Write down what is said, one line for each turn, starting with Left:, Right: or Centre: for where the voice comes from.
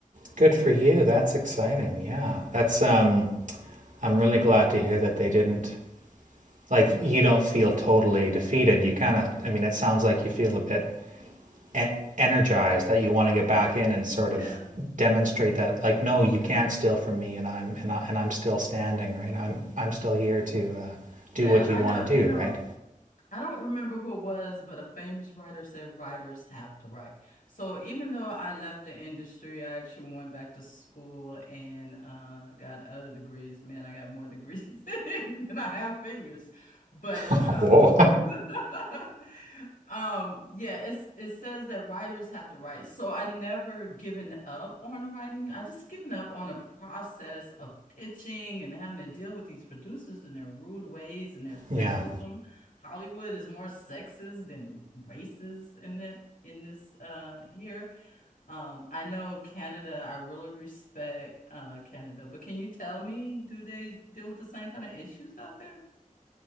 Right: Good for you. That's exciting. Yeah. That's um I'm really glad to hear that they didn't like you don't feel totally defeated. You kind of I mean it sounds like you feel a bit e- energized that you want to get back in and sort
Left: Yeah.
Right: of demonstrate that like no you can't steal from me and I'm and, I, and I'm still standing right I'm I'm still here to uh,
Left: Yeah,
Right: do what
Left: I
Right: you want
Left: know.
Right: to do
Left: You know,
Right: right
Left: I don't remember who it was, but a famous writer said writers have to write. So even though I left the industry, I actually went back to school and uh, got other degrees. Man, I got more degrees <laughs> than I have fingers. But
Right: whoa
Left: uh, <laughs> um, yeah, it's it says that writers have to write. So I never given up on writing. I just given up on the process of pitching and having to deal with these producers and their rude ways and their sexism.
Right: <laughs> yeah
Left: Hollywood is more sexist than racist in it in this uh here. Um, I know Canada, I really respect uh Canada, but can you tell me, do they deal with the same kind of issues out there?